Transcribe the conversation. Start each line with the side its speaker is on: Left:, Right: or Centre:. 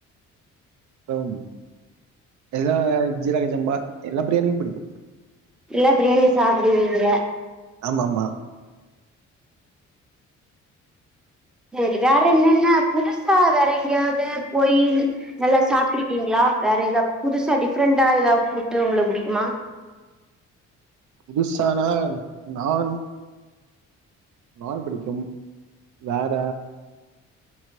Right: ஆம் எதுதா ஜீரக சம்பா எல்லா பிரியாணியும் பிடிக்கும்
Centre: எல்லா பிரியாணியும் சாப்பிடுவீங்க
Right: ஆமாமா
Centre: செரி வேற என்னன்னா புதுசா வேற எங்கயாவது போய் நல்லா சாப்பிட்டு இருக்கீங்களா வேற ஏதாவது புதுசா டிஃப்ரெண்டண்டா ஏதாவது ஃபுட்டு உங்களுக்கு புடிக்குமா
Right: புதுசான்னா நான் நான் பிடிக்கும் வேற